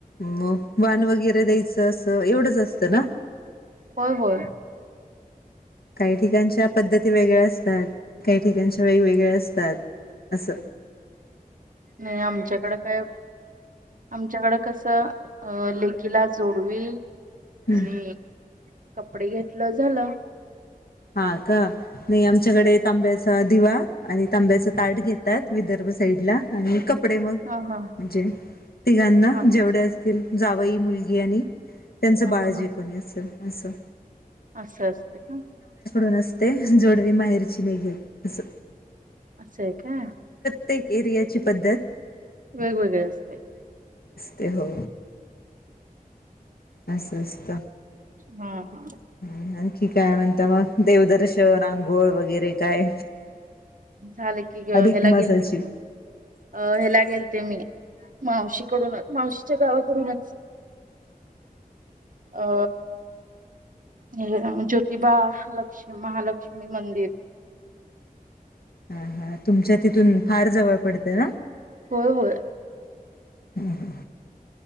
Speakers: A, on the left; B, on the right.
A: म. वाण वगैरे द्यायचं असं एवढंच असतं ना.
B: होय होय
A: काही ठिकाणच्या पद्धती वेगळ्या आस तर काही ठिकाणची वेगवेगळे असतात अस.
B: नाही आमच्याकडें काय आमच्याकडं कसं अ लेखिला जोडवी
A: हं.
B: आणि कपडे घेतलं झालं.
A: हा का नाही आमच्याकडे तांब्याच दिवा आणि तांब्याचा ताट घेतात विदर्भ साईड ला आणि कप कपडे मग
B: हा हा
A: म्हणजे तिघांना
B: अस
A: जेवढे असतील, जावई, मुलगी आणि त्यांचं
B: हा
A: बाळ
B: हा
A: जे
B: हा
A: कोणी असंल. असं.
B: असं असतंय का?
A: पण असतय, जोडवी माहेरची नाही घेत अस.
B: असं आहे काय
A: प्रत्येक एरियाची पद्धत
B: वेगवेगळे असते
A: ते हो अस असस्त
B: हा ह
A: ह आणखी काय म्हणता मग देवदर्शन आंघोळ वगैरे काय
B: झालं की ह्याला
A: अधिक मासाची
B: गेलते की मी अ हला गेलते मी मावशीकडूनच मावशीच्या गावाकडूनच अ हे ज्योतिबा लक्ष महालक्ष्मी मंदिर
A: हा हा तुमच्या तिथून फार जवळ पडतं ना
B: होय होय
A: हम्म हम्